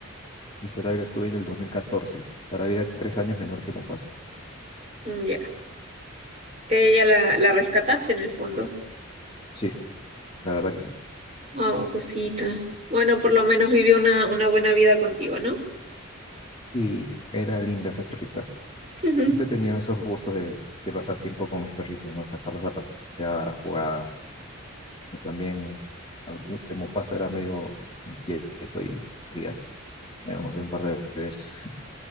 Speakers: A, on the left; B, on the right.
A: Y Sarabia la tuve en el 2014. Sarabia era tres años menor que Mufasa.
B: mm, ya. Ella la, la rescataste en el fondo.
A: Sí, la verdad que sí.
B: Oh, cosita. Bueno, por lo menos vivió una, una buena vida contigo, ¿no?
A: Sí, era linda esa perrita.
B: Ujú.
A: Siempre he tenido esos gustos de, de pasar tiempo con mis perritos, ¿no? Sacarlos a pasear, a jugar. Y también algún- Mufasa era medio inquieto y ya, me lo mordió un par de veces, <laughs>